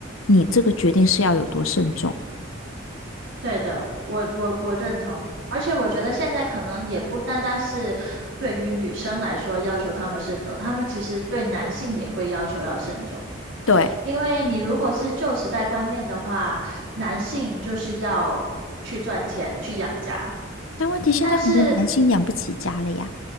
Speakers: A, on the left; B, on the right.
A: 你这个决定是要有多慎重。
B: 对的，我我我认同，而且我觉得现在可能也不单单是对于女生来说要求他们慎重，他们其实对男性也会要求要慎重，
A: 对。
B: 因为你如果是旧时代观念的话，男性就是要去赚钱去养家，
A: 但问题现在很多男性养不起家了呀。
B: 但是